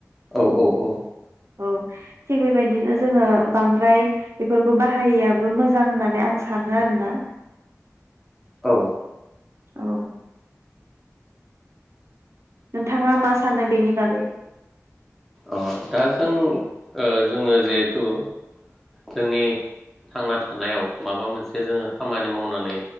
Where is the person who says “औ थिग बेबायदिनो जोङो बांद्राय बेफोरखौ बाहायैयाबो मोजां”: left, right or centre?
Right